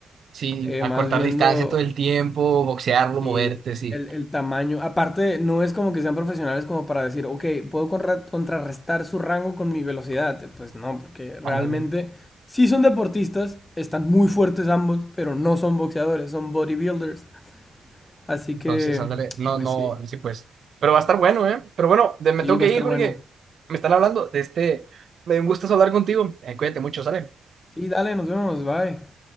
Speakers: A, on the right (about 55°); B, on the left (about 25°).
A: Sí,
B: Eh,
A: acortar
B: más viendo
A: distancia todo el tiempo, boxearlo,
B: Sí,
A: moverte, sí.
B: el, el tamaño. Aparte, no es como que sean profesionales como para decir, ok, puedo contra- contrarrestar su rango con mi velocidad. Pues no, porque realmente
A: Ándale.
B: sí son deportistas, están muy fuertes ambos, pero no son boxeadores, son bodybuilders. Así
A: Entonces,
B: que,
A: ándale. No,
B: pues
A: no,
B: sí,
A: sí, pues. Pero va a estar bueno, ¿eh? Pero bueno, de- me
B: sí,
A: tengo
B: va
A: que
B: a estar
A: ir, Jorge.
B: bueno.
A: Me están hablando de este. Me dio un gusto hablar contigo. Eh, cuídate mucho, ¿sale?
B: Sí, dale, nos vemos, bye.